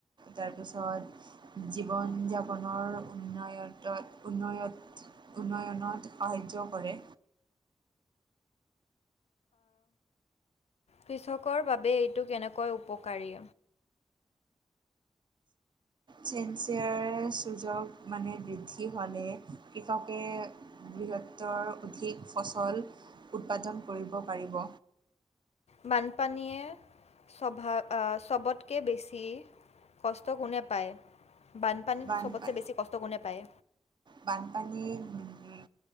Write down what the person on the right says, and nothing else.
তাৰপিছত জীৱন যাপনৰ উন্নয়ত উন্নয়ত উন্নয়নত সাহায্য কৰে
চেঞ্চিয়াৰ চোযোগ মানে বৃদ্ধি হ'লে কৃষকে বৃহত্তৰ অধিক ফচল উৎপাদন কৰিব পাৰিব
বানপা
বানপানী মে